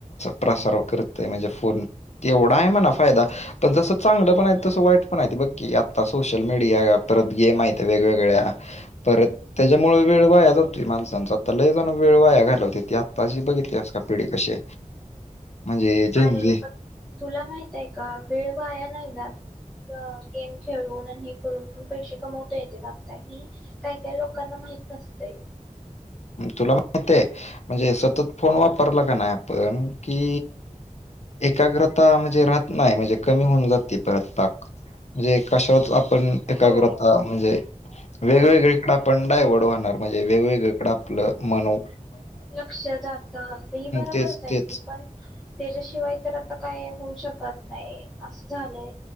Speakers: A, on the left; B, in the centre.
A: प्रसार करत म्हणजे फोन एवढा आहे म्हणा फायदा पण जस चांगलं पण आहे तस वाईट पण आहे बघ की आता सोशल मीडिया परत गेम आहेत वेगवेगळ्या परत त्याच्यामुळे वेळ वाया जातो माणसांचा लय जाण वेळ वाया घालवतात आता अशी बघितली आहेस का पिढी कशी? म्हणजे झेन
B: अरे
A: झी
B: पण तुला माहितय का वेळ वाया नाही जात. गेम खेळून आणि हे करून पण पैसे कमवता येते आता ही काही काही लोकांना माहित नसते.
A: तुला माहितय म्हणजे सतत फोन वापरला का नाही आपण कि एकाग्रता म्हणजे राहत नाही म्हणजे कमी होऊन जाते परत पाक म्हणजे कशावर आपण एकाग्रता
B: हो
A: म्हणजे वेगवेगळीकडे
B: पण
A: आपण डायव्हर्ड होणार म्हणजे वेगवेगळीकडे आपलं मानव
B: लक्ष जात ही बरोबरच
A: तेच
B: आहे
A: तेच
B: की पण त्याच्याशिवाय तर आता काय? होऊ शकत नाही अस झालंय